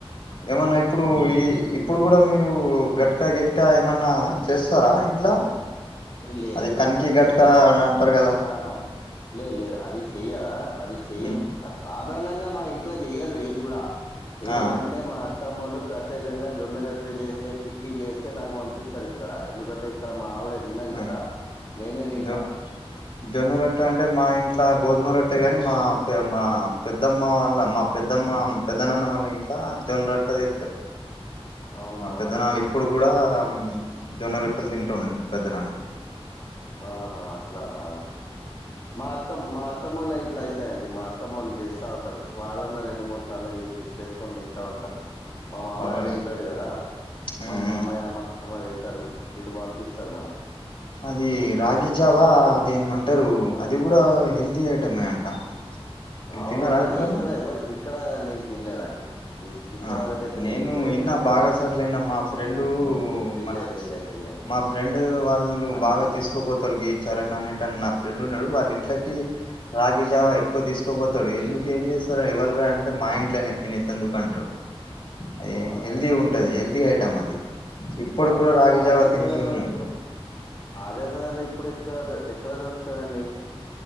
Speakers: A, on the left; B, on the left.
A: ఏమన్నా ఇప్పుడు ఈ ఇప్ ఇప్పుడు గూడా మీరు గట్కా గిట్కా ఏమన్నా చేస్తారా ఇంట్లా
B: లేదండి
A: అది కంకి
B: గట్కయితే
A: గట్క అని అంటారు గదా
B: ఆహా లేదు లేదు అది చెయ్యాలా అది చెయ్యం
A: ఉమ్
B: ఆది సాధారణంగా మా ఇంట్లో చెయ్యారు ఏం గూడా ఏందంటే
A: ఆ
B: మా అత్ అత్తమ్మవొళ్ళు ప్రత్యేకంగా జొన్న రొట్ట చేస్తే పిట్టి చేస్తే నాకు పంపిస్తారు ఇక్కడ ఎందుకంటే ఇక్కడ మా ఆవిడ తినది
A: ఉహు
B: కదా నేనే తింటా
A: ఇద్దో జొన్న రొట్టె అంటే మా ఇంట్ల గోధుమ రొట్టె గానీ మా పె మా పెద్దమ్మ వాళ్ళ మా పెద్దమ్మ పెద్ద నాన్న వాళ్ళ ఇంట్ల జొన్నరొట్టె చేత్తర్
B: అవునా
A: మా పెద్దనాళ్ళు ఇప్పుడు గూడాం జొన్న రెట్టెల్ తింటుండిప్పుడ్ పెద్ద నాన్న
B: ఆ హా అట్లానా మా అత్తమ్ మా అత్తమ్మోళ్ళ ఇంట్ల అయితాయండి మా అత్తమ్మోళు చేస్తా ఉంటారు వారంల రెండు మూడు సార్లు జెపి చేసుకొన్ తింటా ఉంటారు మా మామయ్య
A: పర్వాలే
B: తింటాడు గదా
A: ఉమ్
B: మా మామయ్య
A: ఉమ్
B: మ మామ తింటరు ఈడు వంపిస్తారు మనకి
A: అది రాగి
B: అది ఎక్కువ
A: జావా
B: శాతం
A: అది ఏమంటరు అది గూడా హెల్తీ ఐటమే అంట మీరు
B: అవు
A: తిన్నారా
B: అది
A: ఎప్పుడన్నా
B: ఇక్కడ ఎవర్ ఇక్కడ నేన్ తినలేదండి ఇ- ఇప్పటి
A: ఆ
B: వరకు అయితే
A: నేను
B: తినలేదు
A: ఇన్న బాగాసోట్ల ఇన్న మా ఫ్రెండు
B: తినలే
A: మనచ్
B: తినలే తినలే
A: మా ఫ్రెండ్ వాళ్ళు
B: అట్లా
A: బాగా తీసుకోపోతలు గీ చరణ్ అనేటన్ నా ఫ్రెండ్ ఉన్నడు వాళ్ ఇంట్లకి రాగి జావా ఎక్కువ తీసుకోపోతడు ఎందుక్ ఏం చేస్తారు ఎవ్వల్ రా అంటే మా ఇంట్లనే తినేతందుకు అన్ టడు
B: అవునా
A: ఎ హెల్తీ ఉంటది హెల్దీ ఐటం అది ఇప్పుడు
B: ఇక్కడ
A: కూడా
B: మన
A: రాగి
B: కాగజ్
A: జావా తినేటోళ్ళు
B: నగర్ ల
A: ఉన్నారు
B: ఇప్పుడు ఆదేజా లో ఇప్పుడు ఎక్కడ ద ఎక్కడ దొరుకుతారండి